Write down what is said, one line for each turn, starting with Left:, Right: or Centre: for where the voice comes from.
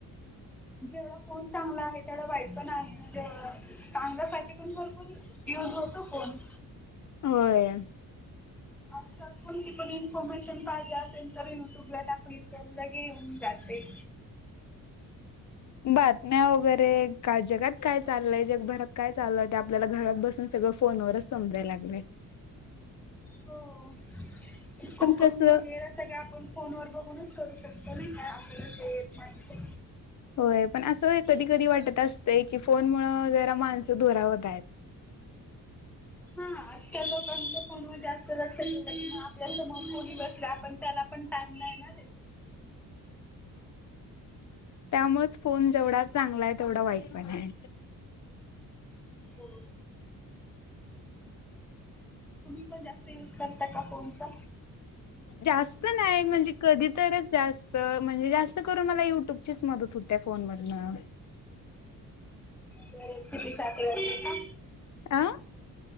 Centre: जेवढा फोन चांगला आहे, तेवढा वाईट पण आहे मग चांगल्यासाठी पण भरपूर युज होतो फोन
Left: होय.
Centre: आजकाल कोणती पण इन्फॉर्मेशन पाहिजे असेल तर युट्यूबला टाकली त्या लगे घेऊन जाते.
Left: बातम्या वगैरे का जगात काय चाललंय जगभरात काय चाललंय ते घरात बसून सगळं फोन वरच समजायला लागलंय.
Centre: हो कोकण
Left: पण कसं
Centre: वगैरे सगळं, आपण फोन वर बघूनच करु शकतो नयी का आपल्याला जे येत नाही ते
Left: होय, पण असं कधी कधी वाटत असतंय की फोनमुळ जरा माणसं धुरावत आहेत.
Centre: हा आजकाल लोकांच्या फोनवर जास्त लक्ष केलं <unintelligible> आपल्या समोर कोणी बसलय आपण त्याला पण टाईम नाही ना देत
Left: त्यामुळच फोन जेवढा चांगला हाय तेवढा वाईट पण हाय
Centre: होय तुम्ही पण जास्त युज करता का फोनचा?
Left: जास्त नाही, म्हणजे कधी तरच जास्त. म्हणजे जास्त करून मला युट्यूब चीच मदत होते फोन मधन.
Centre: रेसिपीसाठी वगैरे का
Left: अं